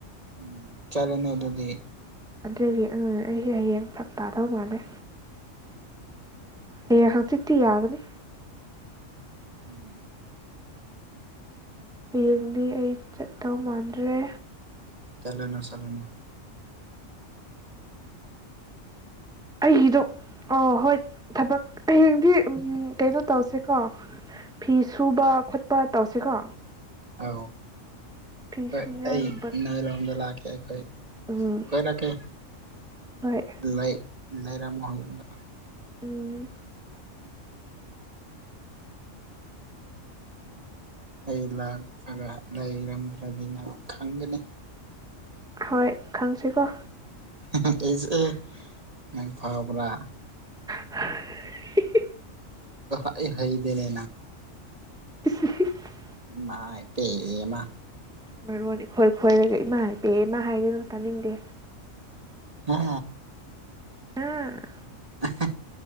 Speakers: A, on the right; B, in the centre.
A: ꯎꯝ ꯆꯂꯅ ꯑꯗꯨꯗꯤ
B: ꯑꯗꯨꯗꯒꯤ ꯎꯝ ꯑꯩꯁꯦ ꯍꯌꯦꯡ ꯊꯛ ꯇꯥꯗꯧ ꯃꯥꯜꯂꯦ ꯍꯌꯦꯡ ꯍꯪꯆꯤꯠꯇꯤ ꯌꯥꯒꯅꯤ
A: ꯎꯝ
B: ꯍꯌꯦꯡꯗꯤ ꯑꯩ ꯆꯠꯇꯧ ꯃꯥꯟꯗ꯭ꯔꯦ
A: ꯆꯠꯂꯅꯨ ꯆꯠꯂꯅꯨ
B: ꯑꯩꯒꯤꯗꯣ ꯑ ꯍꯣꯏ ꯊꯕꯛ ꯍꯌꯦꯡꯗꯤ ꯎꯝ ꯀꯩꯅꯣ ꯇꯧꯁꯦꯀꯣ ꯐꯤ ꯁꯨꯕ ꯈꯣꯠꯄ ꯇꯧꯁꯤꯀꯣ
A: ꯑ
B: ꯐꯤ ꯁꯨꯅꯤꯡꯉꯥꯏꯒꯨꯝꯕ
A: ꯑꯩꯍ ꯑꯩꯈꯣꯏ
B: ꯎꯝ
A: ꯀꯣꯏꯔꯛꯀꯦ
B: ꯍꯣꯏ
A: ꯂꯩ ꯂꯩꯔꯝꯃꯣ ꯌꯨꯝꯗ
B: ꯎꯝ
A: ꯑꯩ ꯂꯥꯛꯑꯒ ꯂꯩꯔꯝꯗ꯭ꯔꯗꯤ ꯅꯪ ꯈꯪꯒꯅꯤ
B: ꯍꯣꯏ ꯈꯪꯁꯦꯀꯣ
A: ꯍꯦ ꯍꯦ ꯑꯦꯁ ꯑꯦ ꯅꯪ ꯐꯥꯎꯕꯔꯥ
B: ꯑ
A: ꯑꯩ ꯍꯩꯗꯦꯅꯦ
B: <inaudible>
A: ꯃꯥꯏ ꯄꯦꯝꯃꯥ
B: ꯃꯔꯣꯟ ꯏꯈꯣꯏ ꯈꯣꯏꯔꯒ ꯏꯃꯥꯏ ꯄꯦꯝꯃꯥ ꯍꯥꯏꯒꯅꯣ ꯇꯥꯅꯤꯡꯗꯦ
A: ꯍꯥ
B: ꯍꯥꯝ
A: ꯍꯥ ꯍꯥ